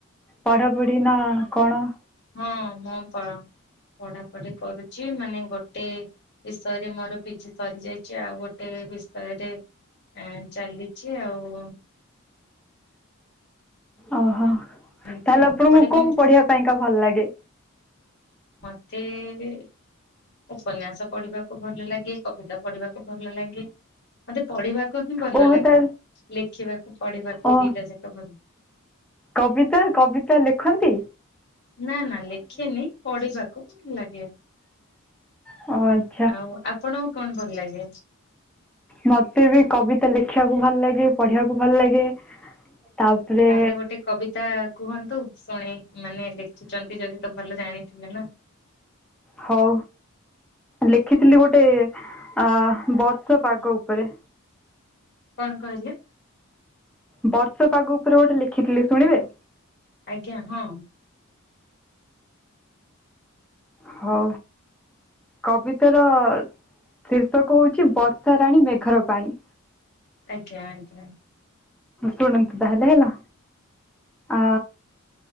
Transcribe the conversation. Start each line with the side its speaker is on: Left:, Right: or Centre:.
Centre: ପଢାପଢି ନା କଣ?
Left: ହଁ ମୁଁ ପଢାପଢି କରୁଛି ମାନେ ଗୋଟେ ବିଷୟରେ ମୋର ପିଜି ସରି ଯାଇଛି ଆଉ ଗୋଟେ ବିଷୟରେ ଏ ଚାଲିଛି ଆଉ
Centre: ଅହ
Left: ଏମିତି
Centre: ତାହେଲେ
Left: ଆଉ
Centre: ଆପଣଙ୍କୁ
Left: ଏପଟେ କେମିତି
Centre: କଣ ପଢିବା ପାଇଁକା ଭଲ ଲାଗେ?
Left: ମତେ ଏବେ ଉପନ୍ୟାସ ପଢିବାକୁ ଭଲ ଲାଗେ କବିତା ପଢିବାକୁ ଭଲ ଲାଗେ। ମତେ ପଢିବାକୁ ହିଁ ଭଲ
Centre: ଓହୋ
Left: ଲାଗେ
Centre: ତାହେଲେ
Left: ଲେଖିବାକୁ ପଢିବାକୁ
Centre: ଓ
Left: ଦିଟା ଯାକ ଭଲ ଲାଗେ।
Centre: କବିତା କବିତା ଲେଖନ୍ତି?
Left: ନା ନା ଲେଖିନି ପଢିବାକୁ ଭଲ ଲାଗେ।
Centre: ହ।
Left: ଆଉ ଆପଣଙ୍କୁ କଣ ଭଲ ଲାଗେ?
Centre: ମତେ ବି କବିତା ଲେଖିବାକୁ ଭଲ ଲାଗେ ପଢିବାକୁ ଭଲ ଲାଗେ? ତାପରେ
Left: ତାହେଲେ ଗୋଟେ କବିତା କୁହନ୍ତୁ ଶୁଣେଇ ମାନେ ଲେଖିଛନ୍ତି ଯଦି ତ ଭଲ ଜାଣିଥିବେ ନା?
Centre: ହଉ ଲେଖିଥିଲି ଗୋଟେ ଆ ବର୍ଷା ପାଗ ଉପରେ
Left: କଣ କହିଲେ?
Centre: ବର୍ଷ ପାଗ ଉପରେ ଗୋଟେ ଲେଖିଥିଲି ଶୁଣିବେ?
Left: ଆଜ୍ଞା ହଁ।
Centre: ହଉ। କବିତାର ଶୀର୍ଷକ ହଉଛି ବର୍ଷା ରାଣୀ ମେଘର ପାଣି।
Left: ଆଜ୍ଞା ଆଜ୍ଞା।
Centre: ଶୁଣନ୍ତୁ ତାହାଲେ ହେଲା ଆ